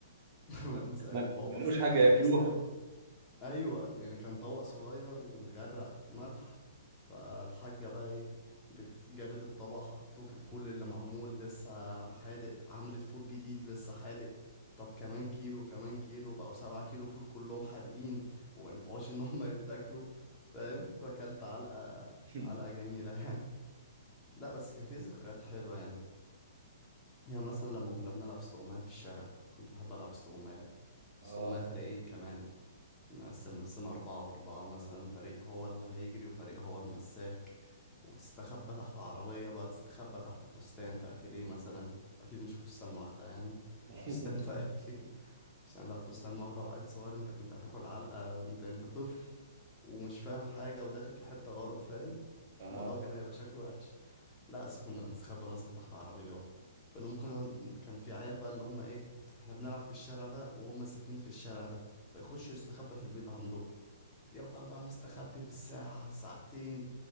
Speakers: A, on the left; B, on the right.
A: <laughs> ما تنساش
B: ما
A: بوظت
B: ما لقوش حاجه
A: بتاع
B: ياكلوها
A: خمسة كيلو ايوه يعني كان طبق صغير ومتغرق ملح فالحاجه بقى ايه بت- جابت الطبق حطته في الفول اللي معمول لسه حادق عملت فول جديد لسه حادق طب كمان كيلو كمان كيلو بقوا سبعة كيلو فول كلهم حادقين وما ينفعوش ان هم <laughs> يتاكلوا فاهم فاكلت علقه
B: <laughs>
A: علقه جميله يعني لا بس كان في ذكريات حلوه يعني يعني مثلا لما كنا بنلعب استغماية في الشارع كنت بحب العب استغماية
B: اه
A: استغماية فريقين كمان نقسم نفسنا أربعة وأربعة مثلا فريق هو اللي هيجري وفريق هو المساك وتستخبى تحت عربية بقى تستخبى تحت فستان في أتيليه مثلا أكيد مش فستان واحدة يعني
B: <laughs>
A: فستان في أتيليه <laughs> عشان لو فستان واحدة وعيل صغير أنت كنت هتاكل علقة أنت أنت طفل ومش فاهم حاجة وداخل في حتة غلط فاهم
B: اه
A: الموضوع كان هيبقى شكله وحش لا أصل كنا بنستخبى مثلا تحت عربيات كنا ممكن كان في عيال بقى اللي هم إيه إحنا بنلعب في الشارع ده وهم ساكنين في الشارع ده فيخشوا يستخبى في البيت عندهم يفضل بقى مستخبي بالساعة ساعتين